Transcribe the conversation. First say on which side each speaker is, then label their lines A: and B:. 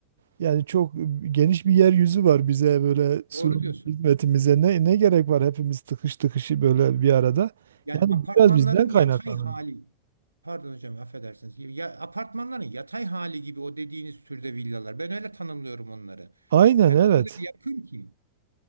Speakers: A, on the right; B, on the right.
A: yani çok geniş bir yeryüzü var bize böyle sunum
B: Doğru diyorsunuz.
A: hizmetimize ne ne gerek var hepimiz tıkış tıkışı böyle bir arada.
B: Yani
A: Yani
B: apartmanların
A: biraz bizden kaynaklanıyor.
B: yatay hali. Pardon hocam affedersiniz. Ya, apartmanların yatay hali gibi o dediğiniz türde villalar. Ben öyle tanımlıyorum onları.
A: Aynen
B: Yani
A: evet.
B: o kadar yakın ki.